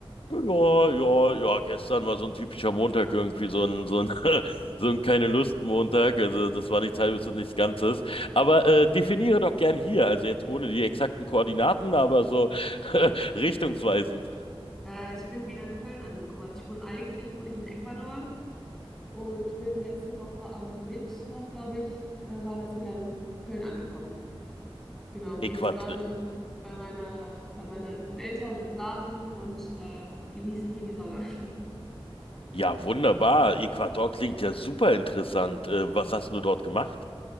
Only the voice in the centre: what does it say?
Äh, ich bin wieder in Köln angekommen. Also ich wohne eigentlich wohne ich in Ecuador Und bin letzte letzte Woche am Mittwoch, glaube ich, äh, war das wieder in Köln angekommen. Genau, und bin
jetzt gerade bei meiner, bei meinen Eltern im Garten und äh, genieße hier die Sonne. <laughs>